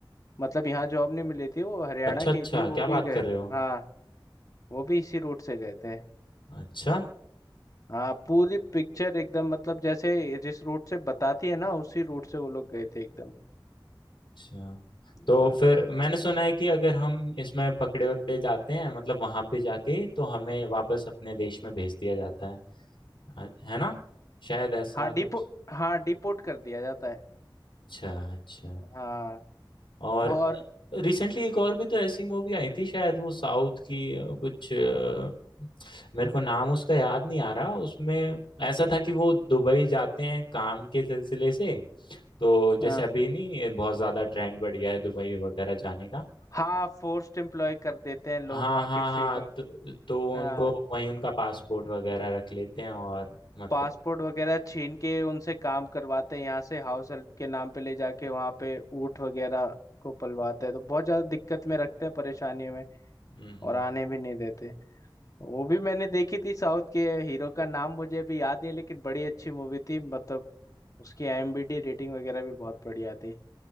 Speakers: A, on the left (about 40°); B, on the left (about 85°).
A: मतलब यहाँ जॉब नहीं मिली थी वो हरियाणा
B: अच्छा
A: के
B: अच्छा
A: ही थे वो
B: क्या
A: भी
B: बात
A: गए
B: कर रहे हो
A: हाँ वो भी इसी रूट से गए थे
B: अच्छा
A: हाँ पूरी पिक्चर एकदम मतलब जैसे जिस रूट से बताती है ना उसी रूट से वो लोग गए थे एकदम
B: अच्छा तो
A: हाँ
B: फिर मैंने सुना है कि अगर हम इसमें पकड़े वकड़े जाते हैं मतलब वहां पे जाके तो हमें वापस अपने देश में भेज दिया जाता है आ- है ना शायद ऐसा
A: हाँ डिपो
B: कुछ
A: हाँ डिपोर्ट कर दिया जाता है
B: अच्छा अच्छा
A: हाँ
B: और
A: और
B: रिसेंटली एक और भी तो ऐसी मूवी आई थी शायद वो साउथ की अ, कुछ अ, मेरे को नाम उसका याद नहीं आ रहा उसमें ऐसा था कि वो दुबई जाते हैं काम के सिलसिले से तो जैसे
A: हाँ
B: अभी नहीं बहुत ज्यादा ट्रेंड बढ़ गया है दुबई वगैरह जाने का
A: हाँ फोर्स्ड एम्प्लॉय कर देते हैं लोग
B: हाँ
A: वहाँ
B: हाँ
A: के शेख
B: हाँ
A: अगर
B: तो, तो उनको
A: हाँ
B: वहीं उनका पासपोर्ट वगैरह रख लेते हैं और मतलब
A: पासपोर्ट वगैरह छीन के उनसे काम करवाते हैं यहाँ से हाउस हेल्प के नाम पे ले जाके वहाँ पे ऊँट वगैरह को पलवाते हैं तो बहुत ज़्यादा दिक्कत में रखते हैं परेशानी में
B: हम्म हम्म,
A: और आने
B: हम्म।
A: भी नहीं देते वो भी मैंने देखी थी साउथ के हीरो का नाम मुझे अभी याद नहीं है लेकिन बड़ी अच्छी मूवी थी मतलब उसकी आईएमबी रेटिंग वगैरह भी बहुत बढ़िया थी